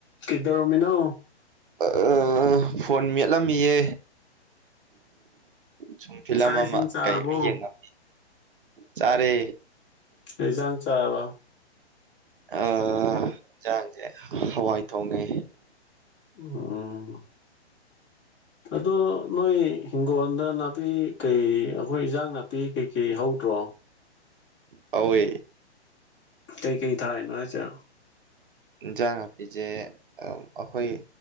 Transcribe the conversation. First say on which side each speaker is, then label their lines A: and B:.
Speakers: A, on the left; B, on the right.
A: ꯀꯗꯔꯃꯤꯅꯣ
B: ꯑ ꯐꯣꯟ ꯃꯦꯠꯂꯝꯃꯤꯌꯦ ꯁꯨꯝ ꯐꯤꯂꯝ
A: ꯆꯥꯛ ꯏꯁꯤꯡ
B: ꯑꯃ
A: ꯆꯥꯔꯕꯣ
B: ꯀꯩꯃ ꯌꯦꯡꯉꯃꯤ ꯆꯥꯔꯦ
A: ꯂꯩꯖꯥꯡ ꯆꯥꯔꯕ
B: ꯑ ꯌꯦꯟꯁꯥꯡꯁꯦ ꯍꯋꯥꯏ ꯊꯣꯡꯉꯦ
A: ꯎꯝ ꯑꯗꯣ ꯅꯣꯏ ꯍꯤꯡꯒꯣꯜꯗ ꯅꯥꯄꯤ ꯀꯩ ꯑꯩꯈꯣꯏ ꯏꯟꯖꯥꯡ ꯅꯥꯄꯤ ꯀꯩꯀꯩ ꯍꯧꯗ꯭ꯔꯣ
B: ꯍꯧꯋ
A: ꯀꯩ ꯀꯩ ꯊꯥꯏꯅꯣ ꯆ
B: ꯏꯟꯖꯥꯡ ꯅꯥꯄꯤꯁꯦ ꯑꯩꯈꯣꯏ